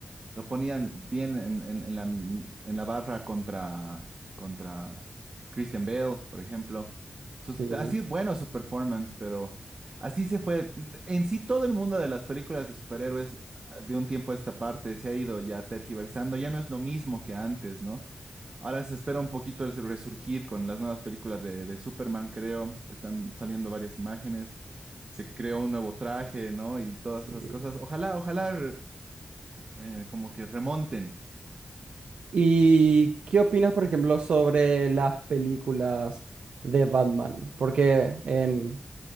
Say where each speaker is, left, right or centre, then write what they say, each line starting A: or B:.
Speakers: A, on the right; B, on the right.
A: Lo ponían bien en, en- en la, en la barra contra, contra Christian Bale, por ejemplo. Sus-
B: Sí,
A: ha sido bueno su performance, pero así se fue. En sí, todo el mundo de las películas de superhéroes ah, de un tiempo a esta parte se ha ido ya tergiversando. Ya no es lo mismo que antes, ¿no? Ahora se espera un poquito el resurgir con las nuevas películas de, de Superman, creo. Están saliendo varias imágenes. Se creó un nuevo traje, ¿no? Y todas
B: sí.
A: esas cosas. Ojalá, ojalá, eh, como que remonten.
B: ¿Y qué opinas, por ejemplo, sobre las películas de Batman? Porque en,